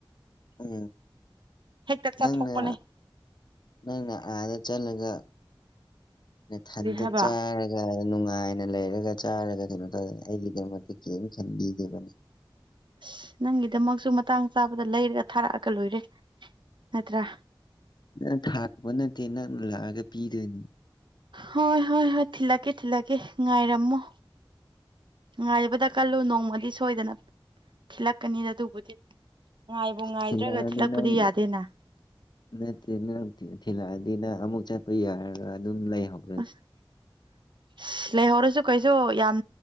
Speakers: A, on the left; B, on the right.
A: ꯎꯝ
B: ꯍꯦꯛꯇ ꯆꯥꯊꯣꯛꯄꯅꯦ
A: ꯅꯪꯅ ꯅꯪꯅ ꯑꯥꯗ ꯆꯠꯂꯒ ꯅꯊꯟꯗ
B: ꯀꯔꯤ ꯍꯥꯏꯕ
A: ꯆꯥꯔ ꯅꯨꯡꯉꯥꯏꯅ ꯂꯩꯔꯒ ꯆꯥꯔꯒ ꯀꯩꯅꯣ ꯇꯧꯔꯦ ꯑꯩꯒꯤꯗꯃꯛꯇ ꯀꯔꯤ ꯈꯟꯕꯤꯗꯦꯕ
B: ꯑꯁ ꯅꯪꯒꯤꯗꯃꯛꯁꯨ ꯃꯇꯥꯡ ꯆꯥꯕꯗ ꯂꯩꯔꯒ ꯊꯥꯔꯛꯑꯒ ꯂꯣꯏꯔꯦ ꯅꯠꯇ꯭ꯔꯥ
A: ꯅꯪ ꯊꯥꯔꯛꯄ ꯅꯠꯇꯦ ꯅꯪ ꯂꯥꯛꯑꯒ ꯄꯤꯗꯣꯏꯅꯤ
B: ꯍꯣꯏ ꯍꯣꯏ ꯍꯣꯏ ꯊꯤꯂꯛꯀꯦ ꯊꯤꯂꯛꯀꯦ ꯉꯥꯏꯔꯝꯃꯣ ꯅꯨꯡꯉꯥꯏꯕꯗ ꯀꯜꯂꯨ ꯅꯣꯡꯃꯗꯤ ꯁꯣꯏꯗꯅ ꯊꯤꯜꯂꯛꯀꯅꯤꯗ ꯑꯗꯨꯕꯨꯗꯤ ꯉꯥꯏꯕꯨ ꯉꯥꯏꯗ꯭ꯔꯒ
A: ꯊꯤꯜꯂꯛꯑꯗꯤ
B: ꯊꯤꯜꯂꯛꯄꯗꯤ
A: ꯅꯪ
B: ꯌꯥꯗꯦꯅ
A: ꯅꯠꯇꯦ ꯅꯠꯇꯦ ꯊꯤꯜꯂꯛꯑꯗꯤ ꯅꯪ ꯑꯃꯨꯛ ꯆꯠꯄ ꯌꯥꯔꯒ ꯑꯗꯨꯝ ꯂꯩꯍꯧ
B: ꯑꯁ ꯑꯁ ꯂꯩꯍꯧꯔꯁꯨ ꯀꯩꯁꯨ ꯌꯥꯝ